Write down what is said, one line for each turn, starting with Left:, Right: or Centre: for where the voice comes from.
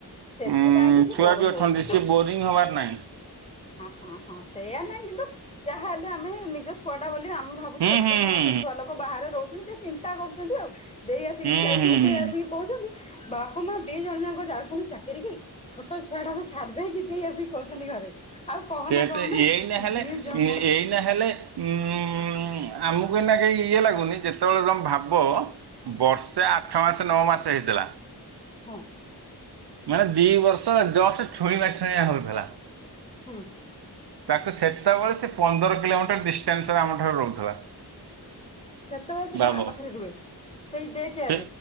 Left: ସେଥିପାଇଁ
Right: ଉଁ
Left: କି ସେ
Right: ଛୁଆ
Left: ବୋର
Right: ବି
Left: ହଉନି
Right: ଅଛନ୍ତି ସିଏ ବୋରିଂ ହବାର ନାହିଁ।
Left: ହଁ ହଁ ହଁ ସେଇୟା ନାହିଁ କିନ୍ତୁ ଯାହା ହେଲେ ଆମେ ନିଜ ଛୁଆଟା ବୋଲି ଆମେ ଭାବୁଛେ
Right: ହୁଁ
Left: ଏତେ
Right: ହୁଁ
Left: ସମୟସେ
Right: ହୁଁ
Left: ଛୁଆ ଲୋକ ବାହାରେ ରହୁଛନ୍ତି ଟିକେ ଚିନ୍ତା କରୁଛନ୍ତି ଆଉ ଦେଇ ଆସିକି
Right: ହୁଁ
Left: ଯୋଉ ଯାଇ ଥି
Right: ହୁଁ ହୁଁ ହୁଁ
Left: ଲେ ଦେଇ ଆସିକି କହୁଛନ୍ତି। ବାପା ମା ଦି ଜଣ ଯାକ ଯାଉଛନ୍ତି ଚାକିରୀ କି ଛୋଟ ଛୁଆଟା କୁ। ଛାଡି ଦେଇକି ଦେଇ ଆସିକି କହୁଛନ୍ତି ଘରେ। ଆଉ କହନା
Right: ସେଏ
Left: କହନା
Right: ତେ ଏଇ ନା ହେଲେ
Left: ଦି ଜଣ
Right: ଏଇ
Left: ଯାକ
Right: ନା ହେଲେ ଉ--ଉ ଉ ଆମକୁ ଏଇନା ଇଏ ଲାଗୁନି ଯେତେବେଳେ ତମେ ଭାବ ବର୍ଷେ ଆଠ ଆଠ ମାସ ନଅ ମାସ ହେଇଥିଲା।
Left: ହୁଁ
Right: ମାନେ ଦି ବର୍ଷ ଜଷ୍ଟ୍ ଛୁଇଁବା ଛୁଇଁବା ହଉଥିଲା।
Left: ହୁଁ।
Right: ତାକୁ ସେତେବେଳେ ସେ ପନ୍ଦର କିଲୋମିଟର ଡିଷ୍ଟାନ୍ସରେ ଆମଠାରୁ ରହୁଥିଲା।
Left: ସେତେବେଳେ ସେ
Right: ଭାବ
Left: କାହା ପାଖରେ ରୁହେ? ସେଇ ଡେକେ
Right: ସେ